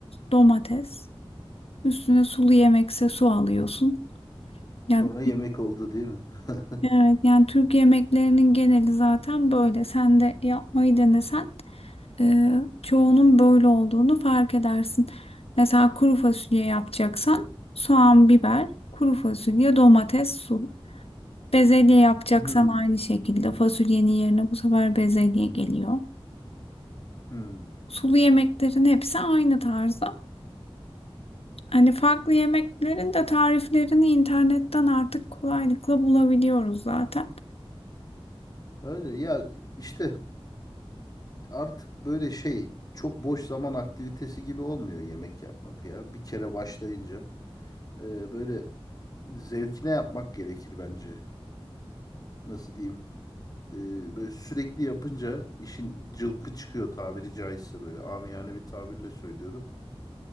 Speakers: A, on the left; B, on the left.
A: domates. Üstüne sulu yemekse su alıyorsun. Ya
B: Sonra yemek oldu değil mi? <laughs>
A: evet yani Türk yemeklerinin geneli zaten böyle. Sen de yapmayı denesen e, çoğunun böyle olduğunu fark edersin. Mesela kuru fasulye yapacaksan soğan, biber, kuru fasulye, domates, su. Bezelye yapacaksan
B: Hmm,
A: aynı şekilde fasulyenin yerine bu sefer bezelye geliyor.
B: hmm.
A: Sulu yemeklerin hepsi aynı tarzda. Hani farklı yemeklerin de tariflerini internetten artık kolaylıkla bulabiliyoruz zaten.
B: Öyle ya işte Artık böyle şey çok boş zaman aktivitesi gibi olmuyor yemek yapmak ya. Bir kere başlayınca e, böyle zevkine yapmak gerekir bence. Nasıl diyeyim? E, böyle sürekli yapınca işin cılkı çıkıyor tabiri caizse böyle amiyane bir tabirle söylüyorum.